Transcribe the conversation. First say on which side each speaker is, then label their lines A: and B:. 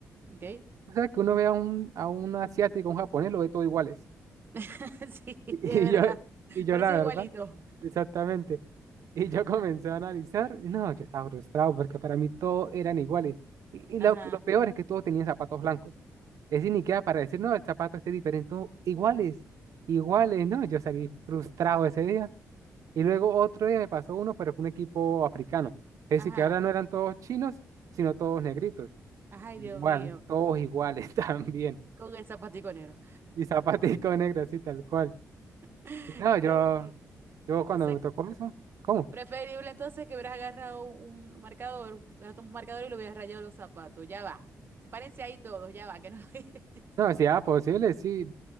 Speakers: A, on the right; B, on the right.
A: Ok.
B: O sea, que uno ve a un, a un asiático, a un japonés, lo ve todo iguales.
A: <laughs> Sí,
B: Y
A: es verdad.
B: y yo, y yo
A: Parece
B: la verdad,
A: igualito.
B: exactamente. Y
A: <laughs>
B: yo comencé a analizar, y no, yo estaba frustrado porque para mí todos eran iguales. Y, y
A: Ajá,
B: lo, que- lo peor es que todos tenían zapatos blancos. Es decir, ni queda para decir, no, el zapato este es diferente, todos iguales, iguales, ¿no? Yo salí frustrado ese día. Y luego otro día me pasó uno, pero con un equipo africano. Es
A: ajá.
B: decir, que ahora no eran todos chinos, sino todos negritos.
A: Ay,
B: Igual,
A: Dios mío.
B: todos iguales <laughs> también.
A: Con el zapatico negro.
B: Y zapatico negro, así tal cual.
A: <laughs>
B: Y no,
A: Dios
B: yo
A: mío.
B: Yo cuando
A: O sea,
B: me
A: que-
B: tocó eso, ¿cómo?
A: preferible entonces que hubieras agarrado un un marcador, agarraste un marcador y lo hubieras rayado los zapatos. Ya va. Sepárense ahí todos, ya va, que no lo <laughs> identifico.
B: No, si era posible, sí.